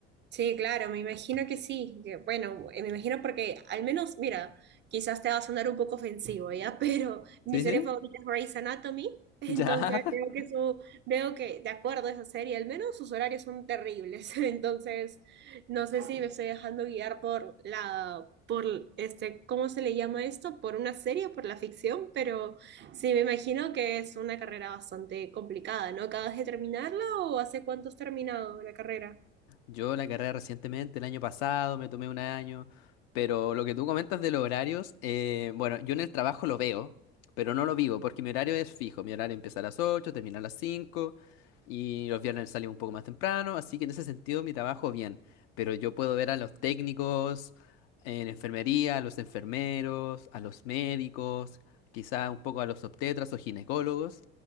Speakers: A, on the right; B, on the left.
A: Sí, claro, me imagino que sí. que, bueno, eh, me imagino porque al menos, mira, quizás te va a sonar un poco ofensivo, ¿ya? <laughs> Pero mi
B: ¿Sí,
A: serie
B: sí?
A: favorita es Grey's Anatomy, entonces
B: <laughs>
A: veo
B: Ya.
A: que su, veo que, de acuerdo a esa serie, al menos sus horarios son terribles. <laughs> Entonces, no sé si me estoy dejando guiar por la, por este, ¿cómo se le llama esto? Por una serie, por la ficción, pero sí, me imagino que es una carrera bastante complicada, ¿no? ¿Acabas de terminarla o hace cuánto has terminado la carrera?
B: Yo la carrera recientemente, el año pasado, me tomé un año, pero lo que tú comentas de los horarios, eh, bueno, yo en el trabajo lo veo, pero no lo vivo, porque mi horario es fijo, mi horario empieza a las ocho termina a las 5 y los viernes salimos un poco más temprano, así que en ese sentido mi trabajo bien, pero yo puedo ver a los técnicos en enfermería, a los enfermeros, a los médicos, quizá un poco a los obstetras o ginecólogos,